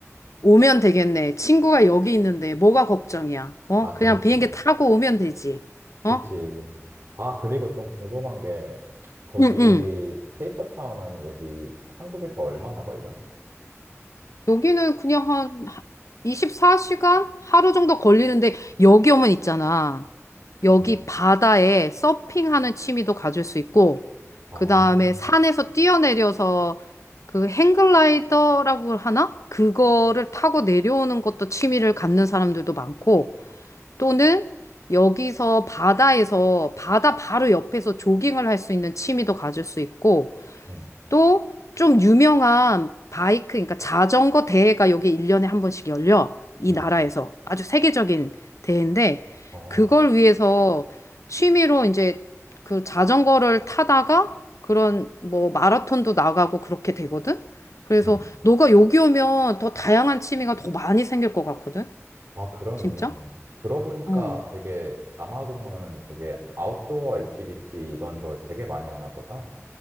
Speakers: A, on the left (about 80°); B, on the right (about 65°).
A: 오면 되겠네. 친구가 여기 있는데 뭐가 걱정이야? 어?
B: 아,
A: 그냥
B: 그렇지.
A: 비행기 타고 오면 되지.
B: 그치.
A: 어?
B: 아, 그리고 좀 궁금한 게, 거기,
A: 응, 응.
B: 케이프타운은 여기 한국에서 얼마나 걸려?
A: 여기는 그냥 한 24시간? 하루 정도 걸리는데 여기 오면 있잖아. 여기
B: 응.
A: 바다에 서핑하는 취미도 가질 수 있고,
B: 아,
A: 그 다음에 산에서 뛰어내려서 그 행글라이더라고 하나? 그거를 타고 내려오는 것도 취미를 갖는 사람들도 많고, 또는 여기서 바다에서 바다 바로 옆에서 조깅을 할 수 있는 취미도 가질 수 있고,
B: 응,
A: 또 좀 유명한 바이크, 그러니까 자전거 대회가 여기 1년에 한 번씩 열려. 이
B: 응,
A: 나라에서. 아주 세계적인 대회인데,
B: 어,
A: 그걸 위해서 취미로 이제 그 자전거를 타다가 그런 뭐 마라톤도 나가고 그렇게 되거든? 그래서
B: 응.
A: 너가 여기 오면 더 다양한 취미가 더 많이 생길 것 같거든?
B: 아, 그러네.
A: 진짜?
B: 들어보니까
A: 어.
B: 되게 남아공은 되게 아웃도어 액티비티 이런 걸 되게 많이 하나 보다.